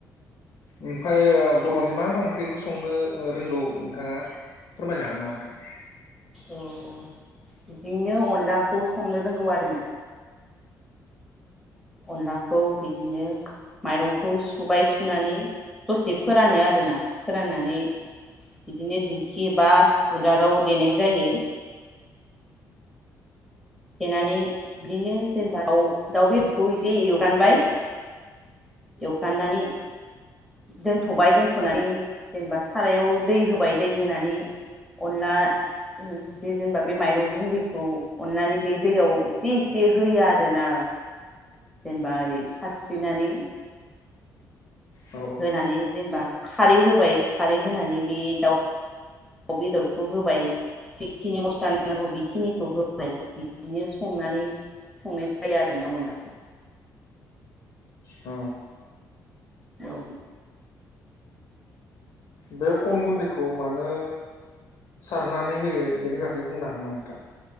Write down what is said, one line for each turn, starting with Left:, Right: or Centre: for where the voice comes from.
Left: ओमफाय ओ बर'नि मा मा ओंख्रिखौ संनो ओ रोंगौ नोंथाङा फोरमायनो हागोन नामा नोंथां?
Centre: औ बिदिनो अनलाखौ संनो रोंगौ आरोना अनलाखौ बिदिनो माइरंखौ सुबाय सुनानै दसे फोरानो आरोना फोराननानै बिदिनो दिंखि बा उलाराव देनाय जायो देनानै बिदिनो जेनेबा दाउ दाउ बेदरखौ एसे एवगानबाय एवफ्रामनानै दोनथ'बाय दोनथ'नानै जेनेबा सारायाव दै होबाय दै होनानै अनला जि जि जेनेबा बे माइरं गुन्दैखौ अनलानि बे दैयाव एसे एसे होयो आरो ना जेनेबा ओरै सारस्रिनानै
Left: औ
Centre: होनानै जेनेबा खारै होबाय खारै होनानै बे दाउ दाव बेदरखौ होबाय जिखिनि मस्ला होनांगौ बेखिनिखौ होबाय बिदिनो संनानै संनाय जायो आरो ना अनलाखौ
Left: औ
Centre: औ
Left: बे अन गुन्दैखौ मानो सारनानै होयो बेनि बागै बुंनो हागोन नामा नोंथा?